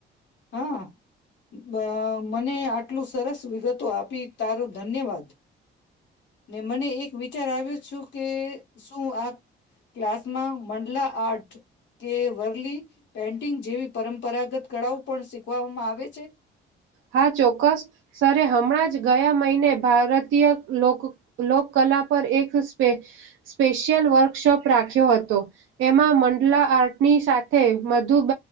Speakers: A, on the left; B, on the right.
A: હા. બ મને આટલું સરસ વિગતો આપી, તારુ ધન્યવાદ. ને મને એક વિચાર આવ્યો શું કે શું આ ક્લાસમાં મંડલા આર્ટ કે વરલી પેન્ટિંગ જેવી પરંપરાગત કળાઓ પણ શીખવામાં આવે છે?
B: હા. ચોક્કસ સરે હમણાં જ ગયા મહિને ભારતીય લોક લોકકલા પર એક સ્પે સ્પેશિયલ વર્કશોપ રાખ્યો હતો. એમાં મંડલા આર્ટની સાથે મધુબ